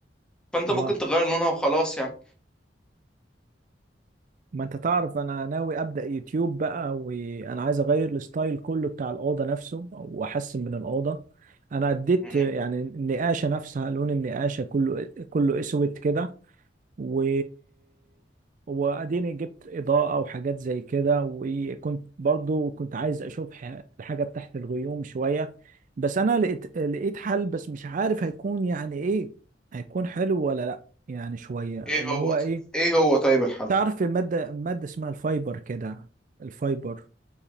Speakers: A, in the centre; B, on the right.
A: فأنت
B: اه
A: ممكن تغير لونها وخلاص يعني
B: ما انت تعرف انا ناوي ابدا يوتيوب بقى وانا عايز اغير الستايل كله بتاع الاوضه نفسه واحسن من الاوضه انا اديت
A: مم.
B: يعني النقاشه نفسها لون النقاشه كله كله اسود كده و واديني جبت اضاءه وحاجات زي كده وكنت برضو كنت عايز اشوف ح- الحاجه تحت الغيوم شويه بس انا لقيت لقيت حل بس مش عارف هيكون يعني ايه هيكون حلو ولا لا يعني شويه
A: ايه
B: اللي
A: هو
B: هو
A: طيب
B: ايه
A: ايه هو طيب الحل
B: تعرف مادة مادة اسمها الفايبر كده الفايبر